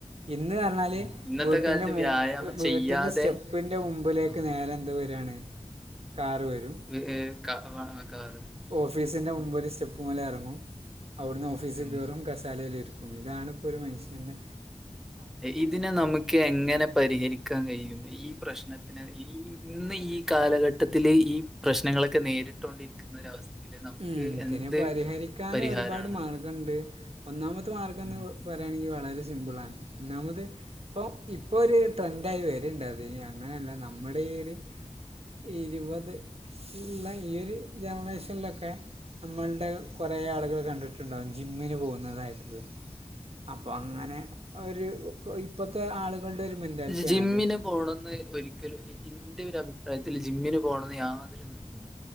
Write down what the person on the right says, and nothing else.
ഇന്ന് പറഞ്ഞാല്
വീട്ടിന്റെ
മു
വീട്ടിന്റെ
സ്റ്റെപ്പിന്റെ മുമ്പില് -
ക്ക് നേരെ എന്ത് വരുവാണ് കാർ വരും.
ഓഫീസിന്റെ
മുമ്പ് ഒരു സ്റ്റെപ്പ് മേലെ എറങ്ങും അവിടുന്ന് ഓഫീസ്
കേറും- തലേല് ഇരിക്കും ഇതാണിപ്പോ ഒരു മനുഷ്യന്റെ-
ഉം ഇതിന്
പരിഹരിക്കാനും
ഒരുപാട് മാർഗവുണ്ട് ഒന്നാമത്തെ മാർഗം
- പറയാണെങ്കി വളരെ സിമ്പിളാണ് ഒന്നാമത്- ഇപ്പം ഇപ്പൊ ഒര് ട്രെൻഡായി വരിയുണ്ടായി അങ്ങനെല്ല നമ്മടെ ഈ ഒരു- ഇരുപത് ഈ ഒരു ജനറേഷനിലൊക്കെ- ഒക്കെ നമ്മള്ടെ കൊറേ ആളുകള് കണ്ടിട്ടുണ്ടാവും ജിമ്മിന് പോകുന്നതായിട്ടുള്ള അപ്പൊ അങ്ങനെ ഒരു ഇപ്പത്തെ ആളുകളുടെ ഒരു- മെൻറ്റാലിറ്റിയാണത്